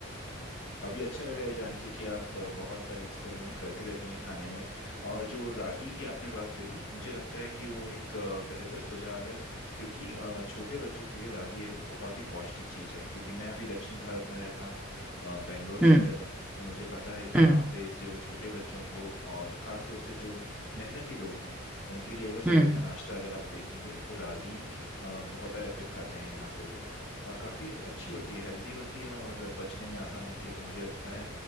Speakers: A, on the left; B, in the centre.
A: काफ़ी अच्छा लगा ये जान के कि आप बहुत सारे एक्सपेरिमेंट करती रहती हैं खाने में और जो रागी की आपने बात करी मुझे लगता है कि वो एक अ, बेहतर सुझाव है क्योंकि अ, छोटे बच्चों के लिए रागी ये बहुत ही पौष्टिक चीज़ है क्योंकि मैं अभी दक्षिण भारत में रहता हूँ अ, बेंगलोर
B: हम्म
A: शहर में तो मुझे पता है कि यहाँ
B: हम्म
A: पे जो छोटे बच्चों को और ख़ास तौर से जो मेहनती लोग हैं उनके लिए अगर सुबह
B: हम्म
A: का नाश्ता अगर आप देखेंगे तो रागी अ, बहुत आयत पे खाते हैं यहाँ पे लोग और काफ़ी अच्छी होती है हेल्दी होती है और पचने में आसान होती है तो मुझे लगता है